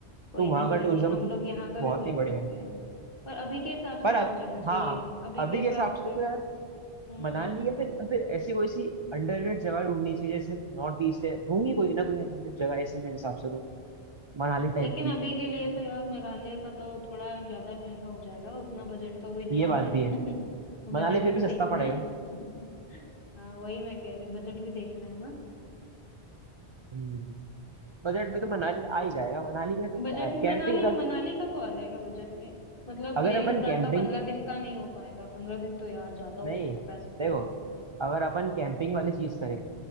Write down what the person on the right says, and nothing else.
तो वहां
का टूरिज्म
तो
बहुत
ही
बढ़िया है
पर
अब
हाँ
अभी
के हिसाब
से तो यार
मनाली या फिर या फिर ऐसी कोई सी अंडररेटेड जगह ढूंढनी चाहिए जैसे नॉर्थ ईस्ट है होंगी कोई ना कोई अंडररेटेड जगह ऐसी मेरे हिसाब से तो मनाली
टाइप की
ये बात
भी है
मनाली
फिर
भी
सस्ता पड़ेगा
हम्म, बजट में तो मनाली आ ही जाएगा मनाली में तो क्या
है कैंपिंग
अगर
अगर
अपन
कैंपिंग
नहीं
देखो
अगर अपन कैंपिंग वाली चीज करें